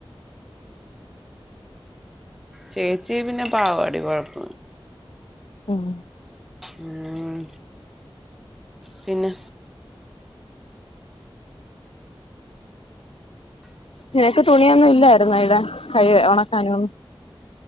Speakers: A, in the centre; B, on the left.
A: ചേച്ചി പിന്നെ പാവാടി. കൊഴപ്പ...
B: ഉം
A: ഉം. പിന്നെ?
B: നിനക്ക് തുണിയൊന്നും ഇല്ലായിരുന്നോ ഇടാൻ. കഴുക ഒണക്കാനും.